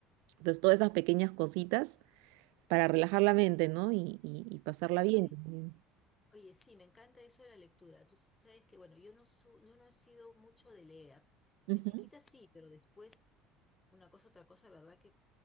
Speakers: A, on the right; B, on the left.
A: Entonces, todas esas pequeñas cositas para relajar la mente, ¿no? Y, y- y pasarla
B: ¿Tú sabes?
A: bien también.
B: Oye, sí, me encanta eso de la lectura. Tú sabes que, bueno, yo no, su- yo no he sido mucho de leer.
A: Ujú.
B: De chiquita sí, pero después, una cosa, otra cosa, verdad que